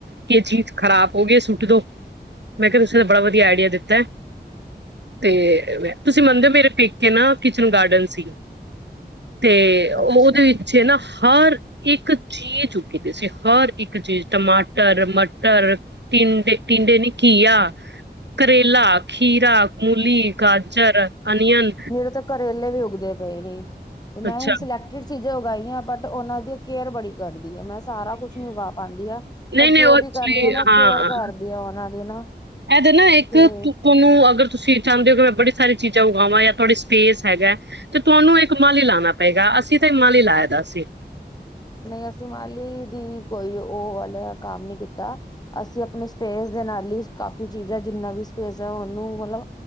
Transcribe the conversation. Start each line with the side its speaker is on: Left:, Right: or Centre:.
Right: ਕਿ ਜੀ ਖਰਾਬ ਹੋ ਗਈ ਸੂਟ ਦੋ ਲੇਕਿਨ ਬੜਾ ਵਧੀਆ ਆਈਡੀਆ ਦਿੱਤਾ ਤੇ ਤੁਸੀਂ ਮੰਨਦੇ ਹੋ ਮੇਰੇ ਪੇਕੇ ਨਾ ਕਿਚਨ ਗਾਰਡਨ ਸੀ। ਤੇ ਉਹਦੇ
Left: ਅੱਛਾ
Right: ਵਿੱਚ ਨਾ ਹਰ ਇੱਕ ਚੀਜ਼ ਕੀਤੀ ਸੀ ਹਰ ਇੱਕ ਇੱਕ ਚੀਜ਼ ਟਮਾਟਰ, ਮਟਰ, ਤਿੰਂਡੇ ਟਿੰਡੇ ਨੀ ਘੀਆ, ਕਰੇਲਾ ਖੀਰਾਾਂ। ਮੂਲੀ, ਗਾਜਰ, ਅਨੀਅਨ।
Left: ਮੇਰੇ ਤਾਂ ਕਰੇਲੇ ਵੀ ਉੱਗਦੇ ਪਏ। ਜੇ ਮੈਂ
Right: ਅੱਛਾ
Left: ਹੁਣ ਸਿਲੈਕਟਡ ਚੀਜ਼ ਜੌ ਉਗਾਈਆਂ ਬਟ ਉਹਨਾਂ ਦੀਆਂ ਕੇਅਰ ਬੜੀ ਘਟ ਮੈਂ ਸਾਰਾ ਕੁਛ ਨਹੀ ਉਗਾ ਪਾਉਂਦੀ ਆ
Right: ਨਹੀਂ-ਨਹੀਂ
Left: ਬਟ ਜੋ
Right: ਉਹ
Left: ਵੀ
Right: ਐਕਚੁਲੀ
Left: ਕਰਨੀ ਆ ਮੈਂ
Right: ਹਾਂ
Left: ਕੇਅਰ ਕਰਦੀ ਹਾਂ ਉਹਨਾਂ ਦੀ ਨਾ
Right: ਇਹਦੇ ਨਾ ਇੱਕ
Left: ਤੇ
Right: ਤੁਹਾਨੂੰ ਅਗਰ ਤੁਸੀਂ ਚਾਹੁੰਦੇ ਹੋ ਕਿ ਮੈਂ ਬੜੀ ਸਾਰੀ ਚੀਜ਼ਾਂ ਉਗਾਵਾਂ ਜਾਂ ਤੁਹਾਡੀ ਸਪੇਸ ਹੈਗਾ ਤੇ ਤੁਹਾਨੂੰ ਇੱਕ ਮਾਲੀ ਹੀ ਲਾਉਣਾ ਪਏਗਾ ਅਸੀਂ ਤਾਂ ਮਾਲੀ ਹੀ ਲਗਾਇਆ ਦਾ ਸੀ।
Left: ਨਹੀਂ ਅਸੀਂ ਮਾਲੀ ਦੀ ਕੋਈ ਉਹ ਵਾਲੇ ਕੰਮ ਨੀ ਕੀਤਾ ਅਸੀਂ ਆਪਣੀ ਸਪੇਸ ਦੇ ਨਾਲ ਹੀ ਕਾਫੀ ਚੀਜ਼ਾਂ ਜਿੰਨਾ ਵੀ ਸਪੇਸ ਹੈ, ਉਹਨੂੰ ਮਤਲਬ